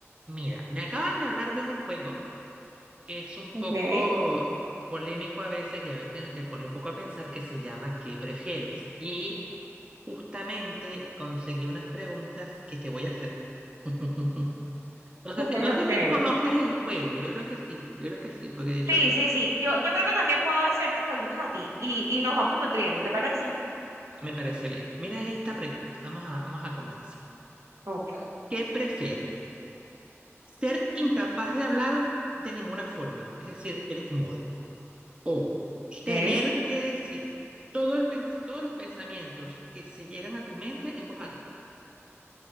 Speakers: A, on the right; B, on the right.
A: Mira, me acaban de hablar de un juego que es un
B: Okay.
A: poco
B: <laughs>
A: polémico a veces y a veces te pone un poco a pensar que se llama ¿Qué prefieres? Y justamente conseguí unas preguntas que te voy a hacer. <laughs> No sé
B: Okay,
A: si, no
B: okay.
A: sé si conoces el juego, yo creo que sí, yo creo que sí, porque de hecho
B: Sí,
A: yo-
B: sí, sí. Yo, yo creo que también puedo hacerte preguntas a ti y, y nos vamos nutriendo, ¿te parece?
A: me parece bien. Mira esta pregunta, vamos a, vamos a comenzar.
B: Okay.
A: ¿Qué prefieres? ¿Ser incapaz de hablar de ninguna forma? Es decir, eres muda. O Tener
B: Okay.
A: que decir todo el pens- todos los pensamientos que se llegan a tu mente en voz alta.